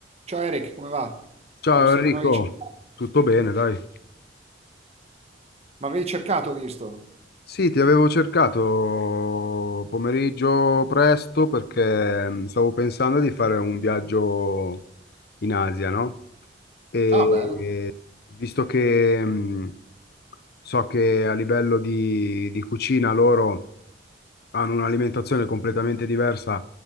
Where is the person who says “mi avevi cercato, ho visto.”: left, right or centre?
Right